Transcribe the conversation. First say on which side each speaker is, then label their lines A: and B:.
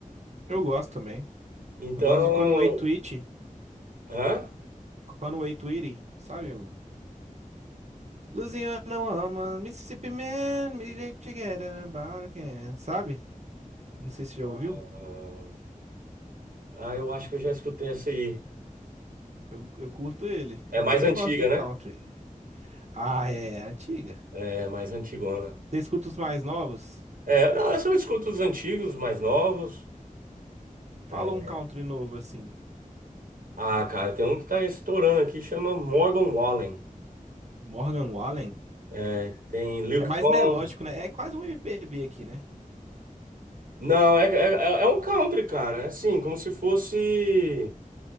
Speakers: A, on the right (about 50°); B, on the right (about 80°).
A: Eu gosto também.
B: Então,
A: Eu gosto do Conway Twitty.
B: hã?
A: Conway Twitty, sabe? O Louisiana Woman, Mississippi Man, me get together about again. Sabe? Não sei se já ouviu.
B: Ah, ah, eu acho que eu já escutei essa aí.
A: Eu, eu curto ele.
B: É
A: Eu
B: mais
A: também
B: antiga,
A: gosto do
B: né?
A: country. Ah, é é antiga.
B: É mais antigona.
A: Você escuta os mais novos?
B: É, não, essa eu escuto os antigos, os mais novos.
A: Fala
B: É,
A: um country novo assim.
B: Ah, cara, tem um que tá estourando aqui, chama Morgan Wallen.
A: Morgan Wallen.
B: É, tem Luke
A: É mais
B: Combs.
A: melódico, né? É quase um MPB aqui, né?
B: Não, é, é, é é um country, cara. É assim, como se fosse.